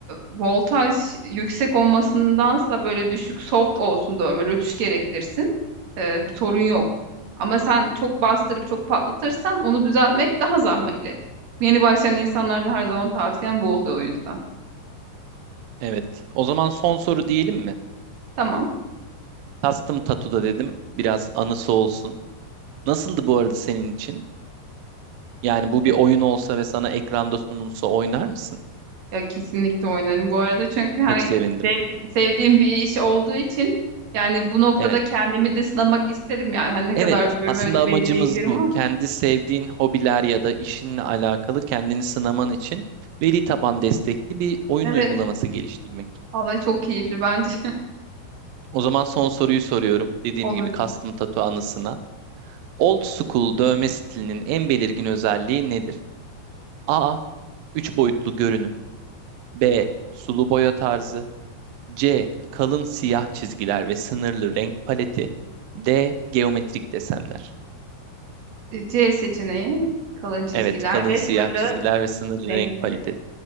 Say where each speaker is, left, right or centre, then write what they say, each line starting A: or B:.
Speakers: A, on the right; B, on the right.
A: voltaj yüksek olmasındansa böyle düşük soft olsun da ömür ötüş gerektirsin. E, sorun yok. Ama sen çok bastırıp çok patlatırsan onu düzeltmek daha zahmetli. Yeni başlayan insanlarda her zaman tavsiyem bu oluyor o yüzden.
B: Evet. O zaman son soru diyelim mi?
A: Tamam.
B: Custom Tattoo'da dedim. Biraz anısı olsun. Nasıldı bu arada senin için? Yani bu
A: Evet.
B: bir oyun olsa ve sana ekranda sunulsa oynar mısın?
A: Ya kesinlikle oynarım bu arada çünkü hani
B: Çok sevindim.
A: sevdi- sevdiğim bir iş olduğu için yani bu noktada
B: Evet.
A: kendimi de sınamak isterim yani. Hani ne
B: Evet.
A: kadar biliyorum
B: Aslında
A: evet belli
B: amacımız
A: bilgilerim
B: bu.
A: var.
B: Kendi sevdiğin hobiler ya da işinle alakalı kendini sınaman için veri taban destekli bir oyun
A: Evet.
B: uygulaması geliştirmek.
A: Vallahi çok keyifli bence.
B: O zaman son soruyu soruyorum. Dediğim
A: <laughs>
B: gibi
A: Olur.
B: custom tattoo anısına. Old school dövme stilinin en belirgin özelliği nedir? A. 3 boyutlu görünüm. B. Sulu boya tarzı. C. Kalın siyah çizgiler ve sınırlı renk paleti. D. Geometrik desenler.
A: C seçeneği kalın çizgiler
B: Evet, kalın
A: ve
B: siyah
A: sınırlı
B: çizgiler ve sınırlı
A: renk
B: renk
A: paleti.
B: paleti.